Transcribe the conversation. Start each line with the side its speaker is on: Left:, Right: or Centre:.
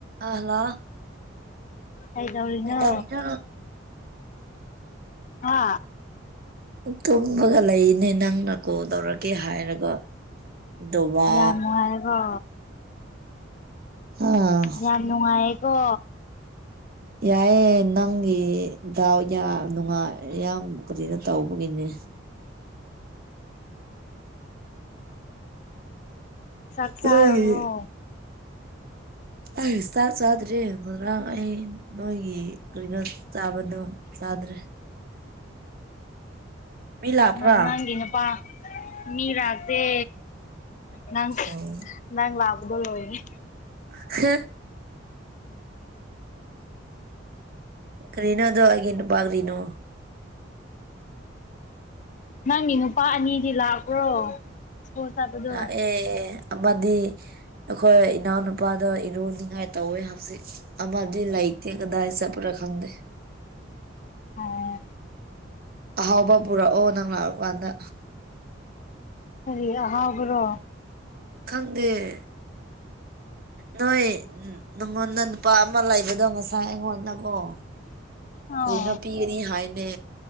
Right: ꯑꯍꯂ
Left: ꯍꯥꯏꯗꯥꯎꯔꯤꯅꯣ
Right: ꯀꯩꯗꯧꯔꯤꯅꯣ
Left: ꯍꯥ
Right: ꯇꯨꯝꯕꯒ ꯂꯩꯅꯦ ꯅꯪꯅ ꯀꯣ ꯇꯧꯔꯒꯦ ꯍꯥꯏꯔ ꯀ ꯗꯗꯨꯕꯥ
Left: ꯌꯥꯝ ꯅꯨꯡꯉꯥꯏꯔꯦꯀꯣ
Right: ꯑꯥ
Left: ꯌꯥꯝ ꯅꯨꯡꯉꯥꯏꯌꯦꯀꯣ
Right: ꯌꯥꯏꯑꯦ ꯅꯪꯒꯤ ꯗꯥꯎ ꯌꯥꯝ ꯅꯨꯡꯉꯥꯏ ꯌꯥꯝ ꯀꯔꯤꯅ ꯇꯧꯕꯒꯤꯅꯦ
Left: ꯆꯠ ꯆꯥꯕꯔꯣ
Right: ꯅꯣꯏꯒꯤ ꯑꯩ ꯆꯥꯛ ꯆꯥꯗ꯭ꯔꯤ ꯃꯔꯥꯡ ꯑꯩ ꯅꯣꯏꯒꯤ ꯀꯔꯤꯅ ꯆꯥꯕꯗꯣ ꯆꯗ꯭ꯔꯦ ꯃꯤ ꯂꯥꯛꯄ꯭ꯔꯥ
Left: ꯑ ꯅꯪꯒꯤꯅ ꯄ ꯃꯤ ꯔꯇꯦ ꯅꯪ
Right: ꯎꯝ
Left: ꯅꯪ ꯂꯥꯛꯕꯗꯣ ꯂ ꯑꯣꯏꯣꯏꯅꯤ
Right: ꯍ ꯔꯔꯤꯅꯣ ꯑꯗꯨꯒꯤꯅ ꯒꯔꯤꯅꯣ
Left: ꯅꯪꯒꯤ ꯅꯨꯄꯥ ꯑꯅꯤꯗꯤ ꯂꯥꯛꯄ꯭ꯔꯣ ꯁ꯭ꯀꯨꯜ ꯆꯠꯄꯗꯣ
Right: ꯑꯦ ꯑꯃꯗꯤ ꯑꯩꯈꯣꯏ ꯏꯅꯥꯎꯅꯨꯄꯥꯗ ꯏꯔꯨꯅꯤꯡꯉꯥꯏ ꯇꯧꯋꯦ ꯍꯧꯖꯤꯛ ꯑꯗꯤ ꯂꯩꯇꯦ ꯀꯗꯥꯏ ꯆꯄꯔꯥ ꯈꯪꯗꯦ
Left: ꯑꯥ
Right: ꯑꯍꯥꯎꯕ ꯄꯨꯔꯛꯑꯣ ꯅꯪ ꯂꯥꯛꯄꯀꯥꯟꯗ
Left: ꯀꯔꯤ ꯑꯍꯥꯎꯕ꯭ꯔꯣ
Right: ꯈꯪꯗꯦ ꯅꯣꯏ ꯅꯉꯣꯟꯗ ꯅꯨꯄꯥ ꯑꯃ ꯂꯩꯕꯗꯣ ꯃꯁꯥ ꯑꯩꯉꯣꯟꯗ ꯑꯣ
Left: ꯑꯣ
Right: ꯔꯤ ꯅꯨꯄꯤ ꯅꯤ ꯍꯥꯏꯅꯦ